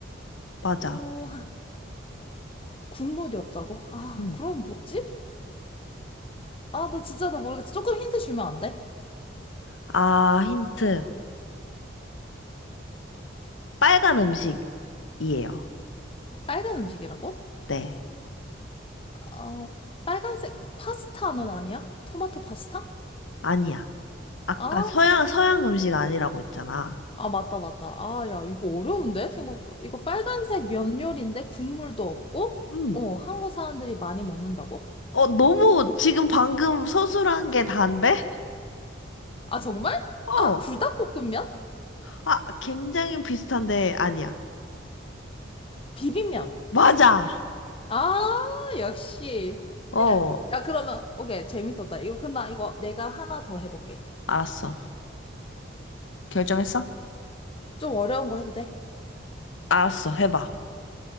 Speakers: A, on the left; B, on the left.
A: 맞아.
B: 오, 국물이 없다고? 아,
A: 음.
B: 그럼 뭐지? 아, 나 진짜 나 모르겠어. 조금 힌트 주면 안 돼?
A: 아, 힌트. 빨간 음식이에요.
B: 빨간 음식이라고?
A: 네.
B: 어, 빨간색 파스타는 아니야? 토마토 파스타?
A: 아니야. 아까
B: 아,
A: 서양, 서양 음식 아니라고 했잖아.
B: 아, 맞다, 맞다. 아, 야, 이거 어려운데? 생각, 이거 빨간색 면 요리인데 국물도 없고?
A: 음.
B: 어, 한국 사람들이 많이 먹는다고?
A: 어, 너무 지금 방금 서술한 게 단데?
B: 아, 정말?
A: 어.
B: 아, 불닭볶음면?
A: 아, 굉장히 비슷한데 아니야.
B: 비빔면.
A: 맞아.
B: 아, 역시.
A: 어,
B: 야, 그러면, 오케이, 재밌었다. 이거, 그럼 나 이거 내가 하나 더 해볼게.
A: 알았어. 결정했어?
B: 좀 어려운 거 해도 돼?
A: 알았어. 해봐.